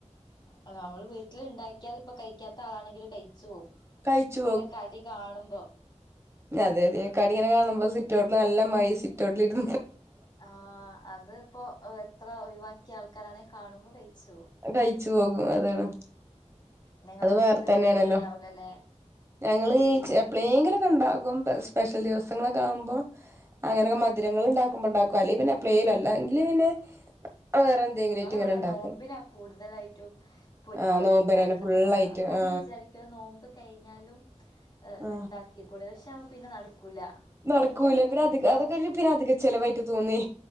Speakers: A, on the left; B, on the right.
A: ആ നമ്മള് വീട്ടിലിണ്ടാക്കിയാലിപ്പ കയ്ക്കാത്താളാണെങ്കിലും കയ്ച്ച് പോകും
B: കഴിച്ചു
A: ഇങ്ങനെ കടി കാണുമ്പോ
B: അതെയതെ കടിങ്ങനെ കാണുമ്പോ സിറ്റോട്ടിൽ നല്ല മയ സിറ്റോട്ടിലിര്
A: ആ അത്പ്പോ എ എത്ര ഒഴിവാക്കിയ ആൾക്കാരാണെ കാണുമ്പോ കയ്ച്ചു പോവും
B: കയ്ച്ച് പോകും അതാണ്
A: നിങ്ങള്
B: അത്
A: വീട്ടിലിണ്ടാക്കല്ണ്ടാവൂലല്ലേ
B: വേറെ തന്നെയാണല്ലോ ഞങ്ങള് ചെ എപ്പളേങ്കിലൊക്കെയിണ്ടാക്കും പ സ്പെഷ്യൽ ദിവസങ്ങളൊക്കെ ആഉമ്പോ അങ്ങനെയൊക്കെ
A: ആഹ്
B: മ ധരങ്ങളിണ്ടാക്കുമ്പോ ഇണ്ടാക്കും അല്ലെപിന്നെ എപ്ലേലും അല്ലെങ്കില് പിന്നെ വേറെ എന്തെങ്കിലും
A: നമ്മളിവിടെ
B: ആയിട്ട് ഇങ്ങനെ ഉണ്ടാക്കും
A: നോമ്പിനാ കൂടുതലായിട്ടും പൊരിക്കടി
B: ആ നോമ്പനന്നെ
A: ഉണ്ടാക്കുന്നതാണ്
B: ഫുള്ളായിട്ട്
A: അപ്പമ്മള്
B: ആ
A: വിചാരി ക്ക നോമ്പ് കയ്ഞ്ഞാലും എ
B: ആ
A: ഇണ്ടാക്കിക്കൂടെ പഷേ യത്പിന്നെ നടക്കൂല
B: നടക്കൂല
A: കഴിക്കാൻ പൂതി
B: പിന്നെ അധിക
A: ഉണ്ടാവും
B: അതൊക്കെ ഒരു പിന്നധിക ചെലവായിട്ട് തോന്നി